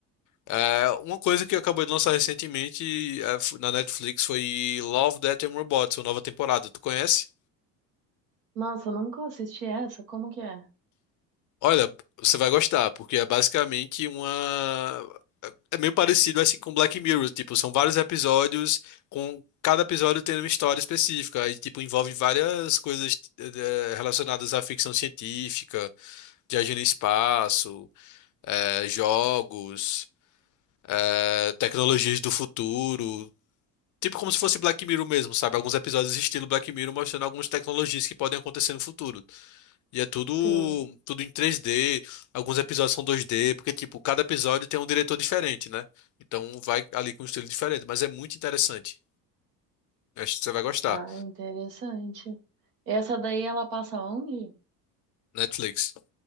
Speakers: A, on the left; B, on the right.
A: É, uma coisa que acabou de lançar recentemente é, f- na Netflix foi Love, Death and Robots, a nova temporada. Tu conhece?
B: Nossa, eu nunca assisti essa. Como que é?
A: Olha, você vai gostar, porque é basicamente uma. É é meio parecido assim com Black Mirror, tipo, são vários episódios, com cada episódio tendo uma história específica, e tipo, envolve várias coisas eh, relacionadas à ficção científica, viagem no espaço, eh, jogos, eh, tecnologias do futuro. Tipo como se fosse Black Mirror mesmo, sabe? Alguns episódios estilo Black Mirror mostrando algumas tecnologias que podem acontecer no futuro. E é tudo
B: Sim.
A: tudo em três d alguns episódios são dois d porque tipo, cada episódio tem um diretor diferente, né? Então vai ali com um estilo diferente, mas é muito interessante. Acho que você vai gostar.
B: Ah, interessante. Essa daí ela passa onde?
A: Netflix.